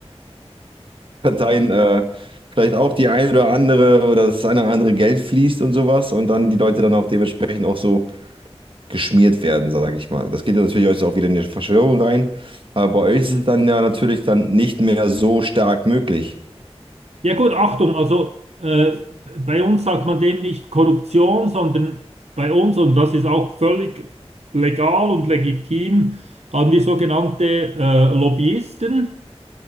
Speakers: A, on the right (about 55°); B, on the right (about 75°).
A: Parteien äh, vielleicht auch die eine oder andere oder das eine oder andere Geld fließt und sowas und dann die Leute dann auch dementsprechend auch so geschmiert werden, sage ich mal. Das geht ja natürlich jetzt auch wieder in die Verschwörung rein, aber bei euch ist es dann ja natürlich dann nicht mehr so stark möglich.
B: Ja gut, Achtung, also äh, bei uns sagt man dem nicht Korruption, sondern bei uns, und das ist auch völlig legal und legitim, haben wir sogenannte äh, Lobbyisten,